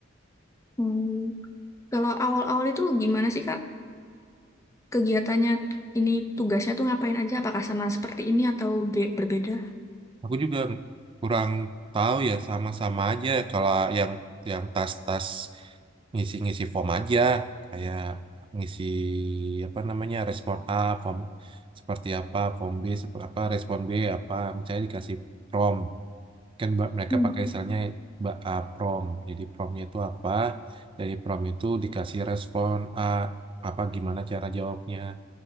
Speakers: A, on the left (about 15°); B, on the right (about 25°).
A: Hmm. Kalau awal-awal itu gimana sih Kak? Kegiatannya ini tugasnya tuh ngapain aja? Apakah sama seperti ini atau be- berbeda?
B: Aku juga kurang tahu ya sama-sama aja kalau yang yang tas-tas ngisi-ngisi form aja kayak ngisi apa namanya respon A form seperti apa form B seperti apa respon B apa misalnya dikasih prompt kan ba- mereka
A: Hmm.
B: pakai istilahnya ba- A prom jadi promnya itu apa dari prom itu dikasih respon A apa gimana cara jawabnya